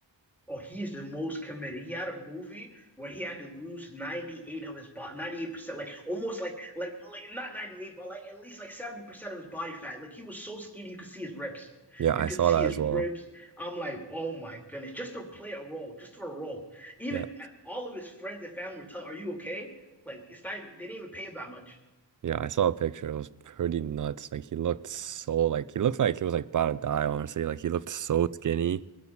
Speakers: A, in the centre; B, on the right.
A: Oh, he's the most committed. He had a movie where he had to lose 98 of his body, 98%, like almost like like like not 98, but like at least like 70% of his body fat. Like he was so skinny you could see his ribs.
B: Yeah,
A: You
B: I
A: could
B: saw
A: see
B: that
A: his
B: as
A: ribs.
B: well.
A: I'm like, oh my goodness, just to play a role, just for a role. Even
B: Yeah.
A: uh, all of his friends and family were telling, "Are you okay?" Like it's not even they didn't even pay him that much.
B: Yeah, I saw a picture. It was pretty nuts. Like he looked so like he looked like he was like about to die, honestly. Like he looked so skinny.